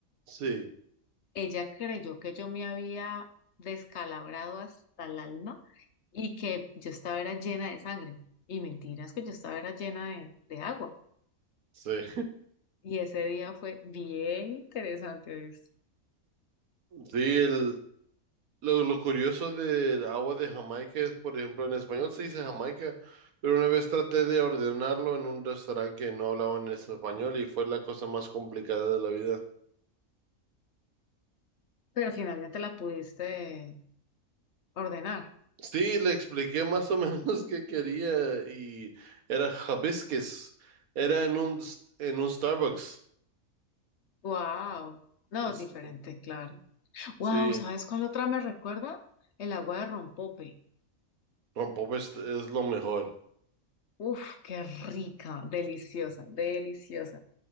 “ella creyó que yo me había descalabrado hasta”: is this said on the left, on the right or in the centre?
Left